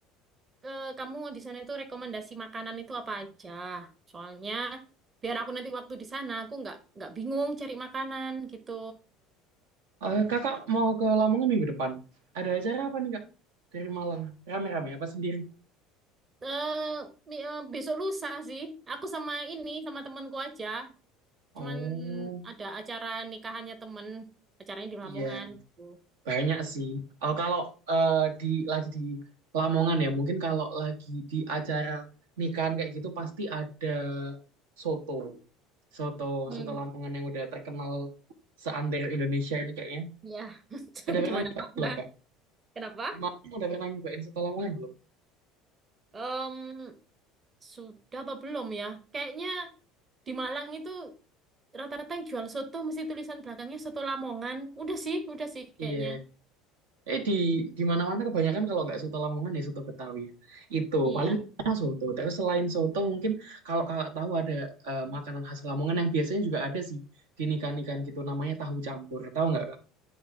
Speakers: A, on the right; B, on the right.
A: ke kamu di sana itu rekomendasi makanan itu apa aja. Soalnya biar aku nanti waktu di sana aku nggak nggak bingung cari makanan gitu.
B: Eh, kakak mau ke Lamongan minggu depan? Ada acara apa nih Kak? Dari Malang, rame-rame apa sendiri?
A: Eh, mi- eh, besok lusa sih. Aku sama ini sama temanku aja.
B: Oh,
A: Cuman ada acara nikahannya temen. Acaranya di
B: iya
A: Lamongan. Tuh.
B: Banyak sih. Oh, kalau eh, di lagi di Lamongan ya, mungkin kalau lagi di acara nikahan kayak gitu pasti ada soto. Soto,
A: Hmm.
B: soto Lamongan yang udah terkenal seantero Indonesia ini kayaknya.
A: Ya, <laughs>
B: Udah pernah
A: di mana-mana.
B: nyobain belum, Kak?
A: Kenapa?
B: Gimana? Udah pernah nyobain soto Lamongan belum?
A: Em, sudah apa belum ya? Kayaknya di Malang itu rata-rata yang jual soto mesti tulisan belakangnya soto Lamongan. Udah sih, udah sih kayaknya.
B: Iya, Eh di di mana-mana kebanyakan kalau nggak soto Lamongan ya soto Betawi ya. Itu
A: Iya.
B: paling enak soto. Terus selain soto mungkin kalau kakak tahu ada eh, makanan khas Lamongan yang biasanya juga ada sih di nikahan-nikahan gitu namanya tahu campur. Tahu nggak kak?